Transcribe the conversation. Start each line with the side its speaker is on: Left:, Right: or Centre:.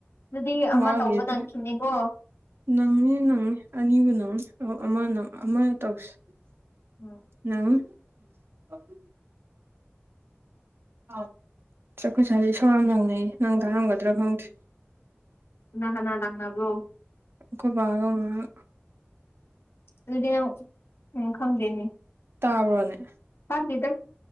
Left: ꯗꯨꯗꯤ ꯑꯃ
Right: ꯋꯥꯠꯂꯤ
Left: ꯇꯧꯕ
Right: ꯑꯗꯨꯗꯤ
Left: ꯅꯪꯈꯤꯅꯤꯀꯣ
Right: ꯅꯪꯅꯤ ꯅꯪꯅꯤ ꯑꯅꯤꯕꯨ ꯅꯪꯅꯤ ꯑꯃ ꯅꯪ ꯑꯃ ꯇꯧꯁ
Left: ꯎꯝ
Right: <unintelligible> ꯑꯥꯎ ꯑꯩꯈꯣꯢ ꯁꯨꯋꯥꯢꯁꯦ ꯢꯁꯧ ꯌꯥꯝ ꯅꯪ ꯇꯥꯔꯝꯒꯗ꯭ꯔꯥ ꯈꯪꯗꯦ
Left: ꯀꯅꯥ ꯀꯅꯥ ꯂꯪꯅꯕ꯭ꯔꯣ
Right: ꯑꯩꯈ‌ꯣꯏꯕꯥꯒ ꯃꯥꯃꯥꯒ
Left: ꯑꯗꯨꯗꯤ ꯅꯪ ꯎꯝ ꯈꯪꯗꯦꯅꯦ
Right: ꯇꯥꯕ꯭ꯔꯣꯅꯦ
Left: ꯄꯥꯝꯗ‌ꯦꯗ